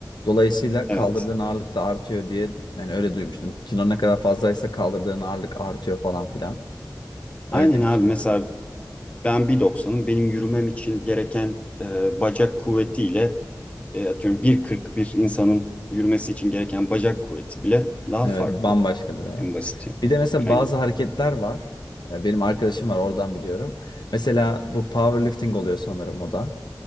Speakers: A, on the left; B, on the left.
A: Dolayısıyla
B: Evet.
A: kaldırdığın ağırlık da artıyor diye yani öyle duymuştum. Kilon ne kadar fazlaysa kaldırdığın ağırlık artıyor falan filan.
B: Aynen
A: Öyle demişler.
B: abi mesela ben 1.90'ım. Benim yürümem için gereken e, bacak kuvvetiyle e, atıyorum bir kırk bir insanın yürümesi için gereken bacak kuvveti bile daha
A: Evet
B: farklı.
A: bambaşkadır evet.
B: En basit yani.
A: Bir de mesela bazı
B: Aynen.
A: hareketler var. E, Benim arkadaşım var oradan biliyorum. Mesela bu powerlifting oluyor sanırım o da.